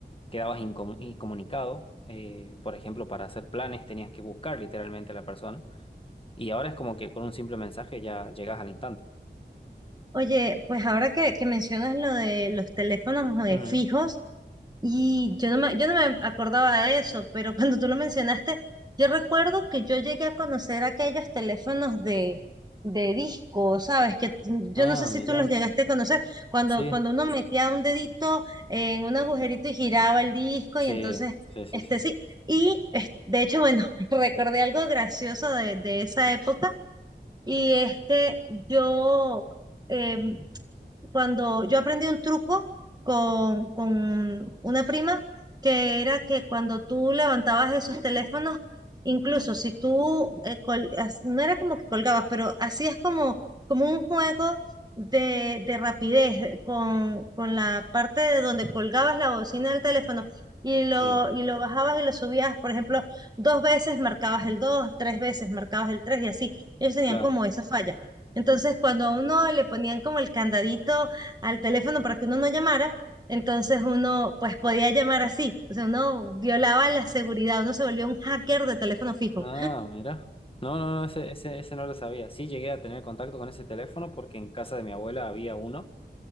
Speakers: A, on the left; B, on the right.
A: quedabas incom- incomunicado. eh, por ejemplo, para hacer planes tenías que buscar literalmente a la persona. Y ahora es como que con un simple mensaje ya llegas al instante.
B: Oye, pues ahora que, que mencionas lo de los teléfonos eh,
A: Ujú.
B: fijos, Y yo no me, yo no me acordaba de eso, pero <laughs> cuando tú lo mencionaste, yo recuerdo que yo llegué a conocer aquellos teléfonos de, de disco, ¿sabes? Que tú- yo
A: Ah,
B: no sé si
A: mira.
B: tú los llegaste a conocer, cuando,
A: Sí,
B: cuando uno metía un dedito en un agujerito y giraba el disco,
A: sí,
B: y entonces,
A: sí, sí,
B: este
A: sí.
B: sí. Y es- de hecho, bueno, <laughs> recordé algo gracioso de, de esa época, y es que yo. em, cuando yo aprendí un truco con, con una prima que era que cuando tú levantabas esos teléfonos, incluso si tú, eh, col- as- no era como que colgabas, pero hacías como, como un juego de, de rapidez eh, con, con la parte de donde colgabas la bocina del teléfono y lo,
A: Sí,
B: y lo bajabas y lo subías, por ejemplo, dos veces marcabas el 2, tres veces marcabas el 3 y así. Ellos tenían
A: claro.
B: como esa falla. Entonces, cuando a uno le ponían como el candadito al teléfono para que uno no llamara, entonces uno pues podía llamar así. O sea, uno violaba la seguridad, uno se volvió un hacker de teléfono fijo.
A: Ah, mira. No, no, no, ese, ese, ese no lo sabía. Sí, llegué a tener contacto con ese teléfono porque en casa de mi abuela había uno